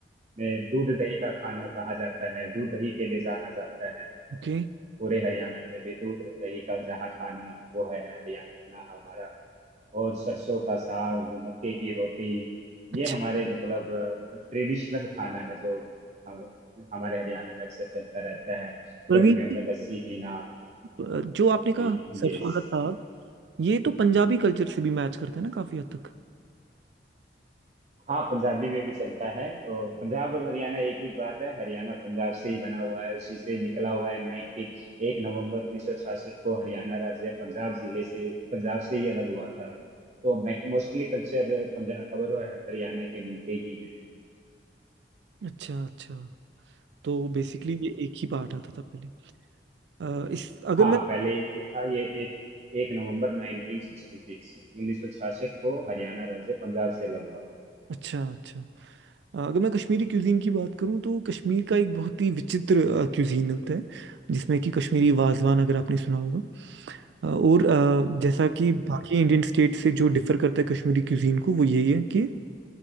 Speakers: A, on the right; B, on the right.
A: में दूध दही का खाना कहा जाता है दूध दही के लिए जाना जाता है
B: ओके
A: पूरे हरियाणा में भी दूध और दही का जहाँ खाना वो है हरियाणा हमारा और सरसों का साग मक्के की रोटी ये
B: अच्छा
A: हमारे मतलब ट्रेडिशनल खाना है जो हम हमारे हरियाणा में अक्सर चलता रहता है
B: प्रवीण
A: गर्मियों में
B: जी,
A: लस्सी पीना
B: अ, जो आपने कहा
A: ये
B: सरसों
A: ये सब।
B: का साग ये तो पंजाबी कल्चर से भी मैच करता है ना काफी हद तक
A: हाँ पंजाबी में भी चलता है और पंजाब और हरियाणा एक ही बात है हरियाणा पंजाब से ही बना हुआ है उसी से निकला हुआ है 90 एक नवंबर उन्नीस सौ छियासठ को हरियाणा राज्य पंजाब जिले से पंजाब से ही अलग हुआ था तो मोस्टली कल्चर पंजाब और हरियाणा के मिलते ही
B: अच्छा अच्छा तो बेसिकली
A: हैं
B: ये एक ही पार्ट आता था पहले अ, इस अगर
A: हाँ
B: मैं
A: पहले ये था ये एक एक नवंबर 1966 1966 को हरियाणा राज्य पंजाब से अलग हुआ
B: अच्छा अच्छा अ, अगर मैं कश्मीरी क्यूजीन की बात करूं तो कश्मीर का एक बहुत ही विचित्र क्यूजीन होता है जिसमें कि कश्मीरी वाजवान अगर आपने सुना होगा अ, और अ, जैसा कि
A: हम्म,
B: बाकी इंडियन स्टेट से जो डिफर करता है कश्मीरी क्यूजीन को वो यही है कि